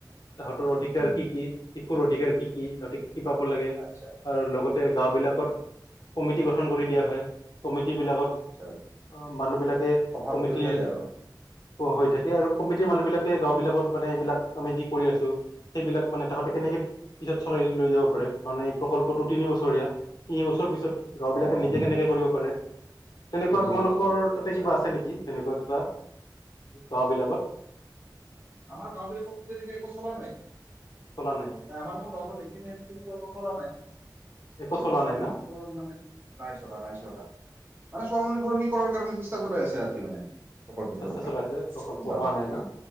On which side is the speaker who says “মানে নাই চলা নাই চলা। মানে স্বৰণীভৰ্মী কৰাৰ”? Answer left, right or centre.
Right